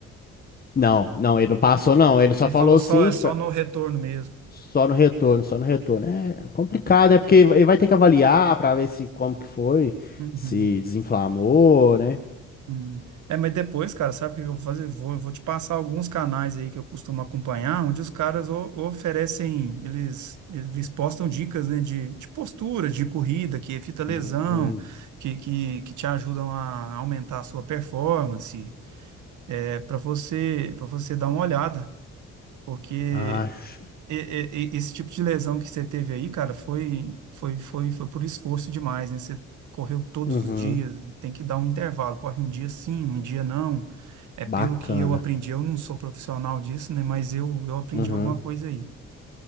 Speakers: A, on the left (about 30°); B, on the right (about 75°).
A: Não, não, ele não passou, não. Ele só
B: Ele
A: falou
B: falou
A: assim,
B: só, é
A: que
B: só no retorno mesmo.
A: Só no retorno, só no retorno. É complicado, é porque ele vai ter que avaliar para ver se como que foi,
B: Uhum.
A: se desinflamou, né?
B: Hum. É, mas depois, cara, sabe o que eu vou fazer? Vou, vou te passar alguns canais aí que eu costumo acompanhar, onde os caras o- oferecem, eles, eles postam dicas, né, de, de postura, de corrida, que evita lesão,
A: Hum,
B: que, que, que te ajudam a aumentar a sua performance, é, para você, para você dar uma olhada, porque
A: acho.
B: e- e- e- esse tipo de lesão que você teve aí, cara, foi, foi, foi, foi por esforço demais, né? Você correu todos
A: Uhum,
B: os dias, tem que dar um intervalo, corre um dia sim, um dia não. É pelo
A: bacana.
B: que eu aprendi, eu não sou profissional disso, né? Mas eu, eu aprendi
A: Uhum.
B: alguma coisa aí,